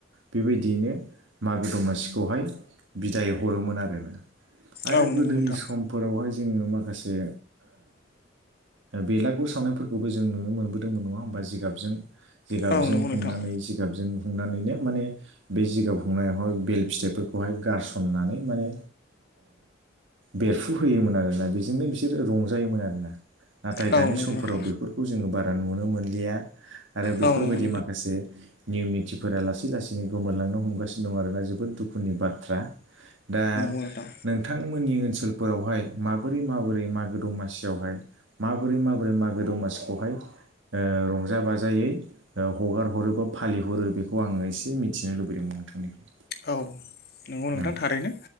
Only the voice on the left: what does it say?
औ नंगौ
नोंथां
औ नंगौ नोंथां
औ
नंगौ नोंथां औ नंगौ
नोंथां
औ नंगौ
नोंथां
औ नंगौ नोंथां
थारैनो